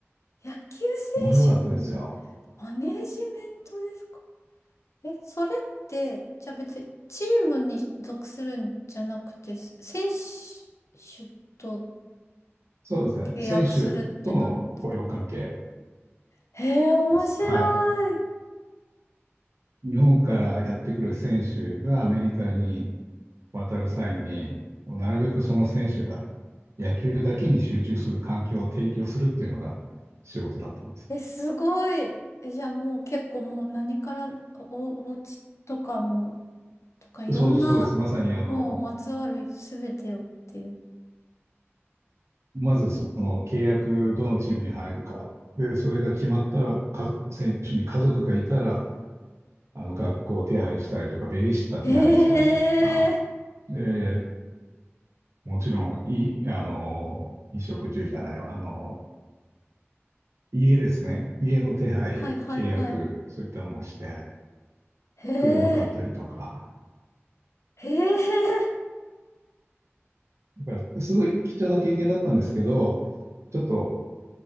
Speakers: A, on the left; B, on the right.
A: 野球
B: 面白かったですよ。
A: 選手のマ、マネージメントですかえ、それって、じゃあ別にチームに属するんじゃなくて、選手と
B: そうですね。
A: 契約するってなるんですか
B: 選手との雇用関係
A: へえ、面白い。
B: です。はい。日本からやってくる選手がアメリカに渡る際に、もうなるべくその選手が野球だけに集中する環境を提供するっていうのが仕事だったんです。
A: え、すごい。え、じゃあもう結構もう何からお、お家とかも、とかいろんな、
B: そう、そうです。まさにあの、
A: もうまつわるすべてをっていう。
B: まずその契約、どのチームに入るか。で、それが決まったら、か、選手に家族がいたら、あの、学校を手配したりとか、ベビーシッター手配したりとか、
A: へえ。
B: で、もちろん、い、あの、衣食住じゃないわ、あの、家ですね。家の手配、
A: はいはいはい。
B: 契約、そういったのもして、
A: へえ。
B: 車買ったりとか。
A: へえ。
B: だから、すごい貴重な経験だったんですけど、ちょっと、